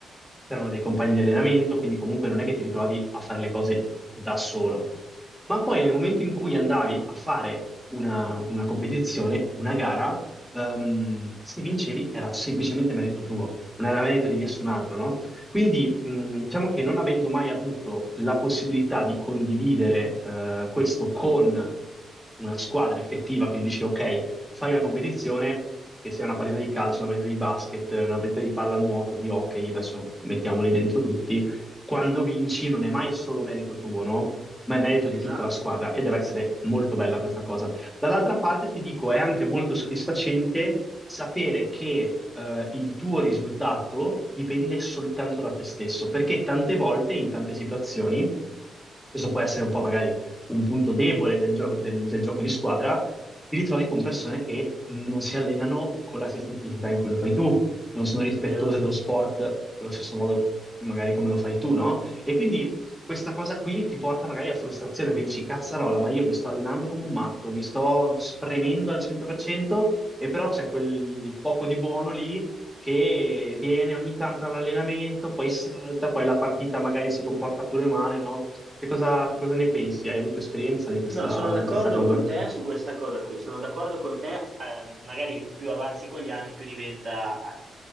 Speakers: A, in the centre; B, on the right.
A: c'erano dei compagni di allenamento, quindi comunque non è che ti ritrovavi a fare le cose da solo. Ma poi nel momento in cui andavi a fare una, una competizione, una gara, ehm, se vincevi era semplicemente merito tuo, non era merito di nessun altro, no? Quindi mh, diciamo che non avendo mai avuto la possibilità di condividere eh, questo con una squadra effettiva, quindi dici ok, fai una competizione, che sia una partita di calcio, una partita di basket, una partita di pallanuoto, di hockey, adesso mettiamoli dentro tutti, quando vinci non è mai solo merito tuo, no? Ma è merito di
B: Esatto,
A: tutta la squadra e deve essere molto bella questa cosa. Dall'altra parte ti dico, è anche molto soddisfacente sapere che eh, il tuo risultato dipende soltanto da te stesso, perché tante volte, in tante situazioni, questo può essere un po' magari un punto debole del, gio- del del gioco di squadra, ti ritrovi con persone che non si allenano con la stessa intensità in cui lo fai tu, non sono rispettose
B: vero.
A: dello sport allo stesso modo magari come lo fai tu, no? E quindi questa cosa qui ti porta magari a frustrazione, quindi dici, cazzarola, ma io mi sto allenando come un matto, mi sto spremendo al 100% e però c'è quel poco di buono lì che viene ogni tanto all'allenamento, poi salta, poi la partita magari si comporta pure male, no? Che cosa, che cosa ne pensi? Hai avuto esperienza di questa,
B: No, sono d'accordo
A: di questa cosa?
B: con te su questa cosa qui, sono d'accordo con te, ehm, magari più avanzi con gli anni, più diventa eh,